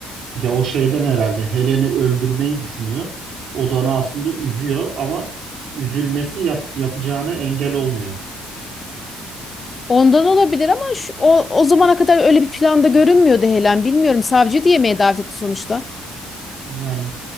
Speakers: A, on the right; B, on the left.
A: Ya o şeyden herhalde Helen'i öldürmeyi düşünüyor. O da onu aslında üzüyor ama üzülmesi yap, yapacağına engel olmuyor.
B: Ondan olabilir ama şu, o, o zamana kadar öyle bir planda görünmüyordu Helen. Bilmiyorum savcı da yemeğe davet etti sonuçta.
A: Yani